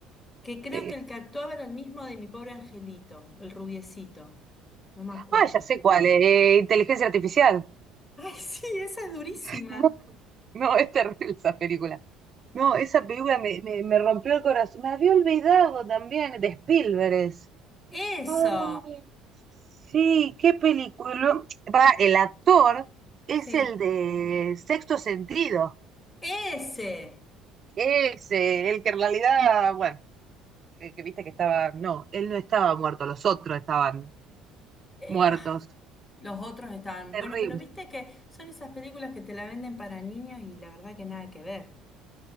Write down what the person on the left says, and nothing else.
Que creo
que el que actuaba era el mismo de mi pobre angelito, el rubiecito. No me acuerdo.
<laughs>
Ay, sí, esa es durísima.
Eso,
sí,
ese.
Eh,
ay, los otros estaban.
Bueno, pero viste que son esas películas que te la venden para niños y la verdad que nada que ver.